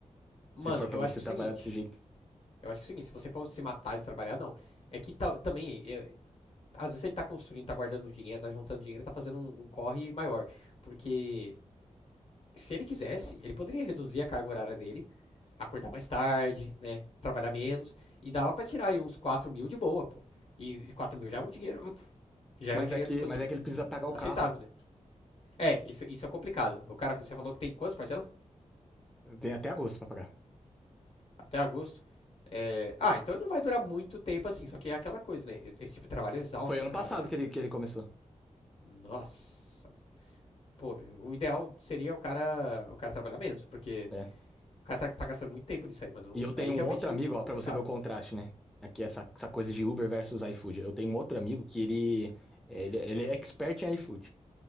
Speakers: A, on the left; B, in the centre.
A: Mano,
B: Se for pra
A: eu
B: você
A: acho que
B: trabalhar
A: é o seguinte.
B: desse jeito.
A: Eu acho que é o seguinte, se você for se matar de trabalhar, não. É que tal também, eu- às vezes ele tá construindo, tá guardando dinheiro, tá juntando dinheiro, tá fazendo um, um corre maior. Porque se ele quisesse, ele poderia reduzir a carga horária dele, acordar mais tarde, né? Trabalhar menos. E dava pra tirar aí uns 4 mil de boa, pô. E, e 4 mil já é um dinheiro. Já
B: Mas
A: é um dinheiro,
B: é que,
A: tipo assim,
B: mas é que ele precisa pagar o
A: aceitável,
B: carro.
A: né? É, isso, isso é complicado. O cara, você falou que tem quantas parcelas?
B: Tem até agosto pra pagar.
A: Até agosto. É, Ah, então não vai durar muito tempo assim. Só que é aquela coisa, né? Esse tipo de trabalho exausta
B: Foi ano
A: o cara,
B: passado
A: né, velho?
B: que ele, que ele começou.
A: Nossa. mano. Pô, o ideal seria o cara, o cara trabalhar menos, porque
B: É.
A: o cara tá, tá gastando muito tempo nisso aí, mano.
B: E eu
A: Não-
B: tenho
A: Aí realmente
B: um outro amigo,
A: fica
B: ó,
A: complicado.
B: pra você ver o contraste, né? Aqui essa, essa coisa de Uber versus iFood. Eu tenho um outro amigo que ele, é, ele, ele é expert em iFood.